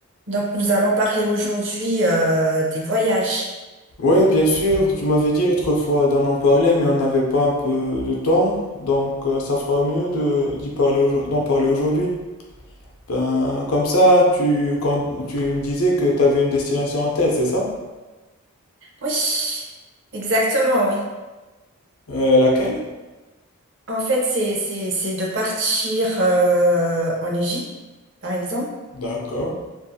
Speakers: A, on the right; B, on the left.
A: Donc, nous allons parler aujourd'hui euh, des voyages.
B: Ouais, bien sûr, tu m'avais dit l'autre fois d'en en parler, mais on n'avait pas un peu de temps, donc euh, ça fera mieux de d'y parler aujourd- d'en parler aujourd'hui. Ben, comme ça, tu, quand, tu me disais que tu avais une destination en tête, c'est ça?
A: Oui, exactement, oui.
B: Euh, laquelle?
A: En fait, c'est, c'est, c'est de partir euh, en Égypte, par exemple.
B: D'accord,